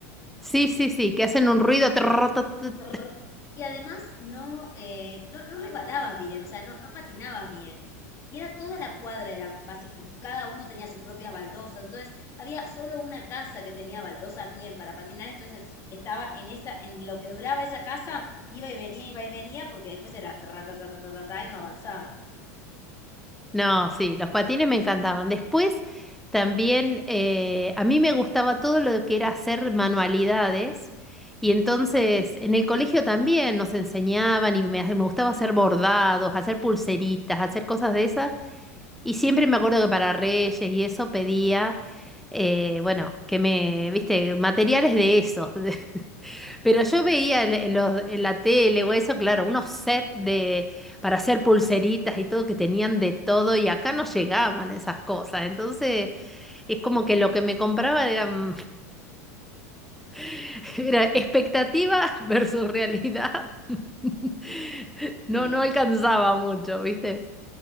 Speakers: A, in the centre; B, on the left (about 35°).
A: Sí,
B: y
A: sí, sí,
B: no,
A: que hacen
B: no
A: un ruido. trrr, tut, tut.
B: trrr, y además no, eh, no, no resbalabas bien, o sea, no, no patinabas bien. Y era toda la cuadra, era básica, y cada uno tenía sus propias baldosas. Entonces, había solo una casa que tenía baldosas bien para patinar. Entonces, estaba en esa, en lo que duraba esa casa, iba y venía, iba y venía, porque después era tra, ta, ta, ta, ta, ta, ta, y no avanzaba.
A: No, sí, los patines me encantaban. Después también eh, a mí me gustaba todo lo que era hacer manualidades. Y entonces en el colegio también nos enseñaban y me, hace- me gustaba hacer bordados, hacer pulseritas, hacer cosas de esas. Y siempre me acuerdo que para Reyes y eso pedía, eh, bueno, que me, viste, materiales de esos. <laughs> Pero yo veía en, en los- en la tele o eso, claro, unos sets de, para hacer pulseritas y todo que tenían de todo y acá no llegaban esas cosas. Entonces es como que lo que me compraba eran, <laughs> era expectativa versus realidad. <laughs>
B: Sí.
A: No, no alcanzaba mucho, ¿viste?